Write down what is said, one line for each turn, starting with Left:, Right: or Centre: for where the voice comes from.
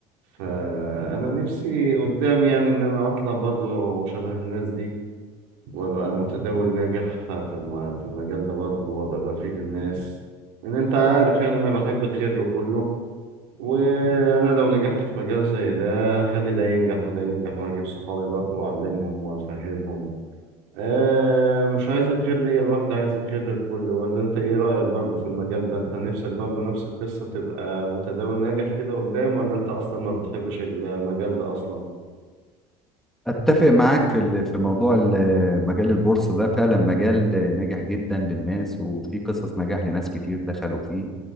Right: فأنا نفسي قدام يعني إن أنا أطلع برضو شبه الناس دي وأبقى متداول ناجح في الم- في المجال ده برضو وأبقى بفيد الناس إن أنت عارف يعني أنا بحب الخير لكله وأنا لو نجحت في مجال زي ده هخلي ده ينجح وده ينجح وهجيب صحابي برضو وأعلمهم وأفهمهم آه مش عايز الخير ليا لوحدي عايز الخير للكل ولا انت ايه رأيك برضه في المجال ده انت نفسك برضه نفس القصة تبقى متداول ناجح كده قدام ولا انت اصلا ما بتحبش المجال ده اصلا
Centre: اتفق معاك في ال- في موضوع ال- مجال البورصه ده فعلا مجال ناجح جدا للناس وفي قصص نجاح لناس كتير دخلوا فيه